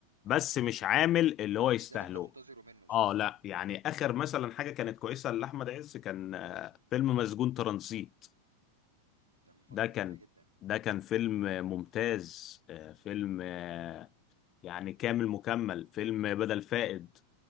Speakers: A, on the left; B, on the right.
A: بس مش
B: مم.
A: عامل اللي هو يستاهله
B: مش ده اللي انت منتظره منه صح
A: اه لا يعني اخر مثلا حاجه كانت كويسه لاحمد عز كان آه، فيلم مسجون ترانزيت
B: ده من فترة
A: ده كان
B: كبيرة جدا
A: ده كان فيلم ممتاز آه، فيلم آه، يعني كامل مكمل فيلم بدل فائد